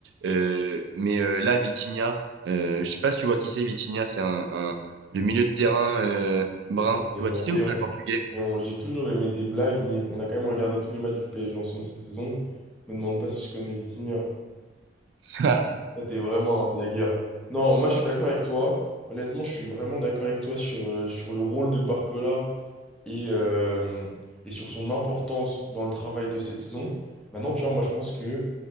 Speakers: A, on the right; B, in the centre.
A: Euh, mais euh, là, Vitinha, euh, je sais pas si tu vois qui c'est. Vitinha, c'est un, un le milieu de terrain euh, brun.
B: Ouais,
A: Tu
B: mais,
A: vois qui
B: euh,
A: c'est
B: Léon.
A: ou pas le portugais?
B: Léon, j'ai toujours aimé tes blagues, mais on a quand même regardé tous les matchs du PSG ensemble cette saison. Me demande pas si je connais Vitinha.
A: <laughs>
B: Toi, t'es vraiment un blagueur. Non, moi, je suis d'accord avec toi. Honnêtement, je suis vraiment d'accord avec toi sur, euh, sur le rôle de Barcola et, euh, et sur son importance dans le travail de cette saison. Maintenant, tu vois, moi, je pense que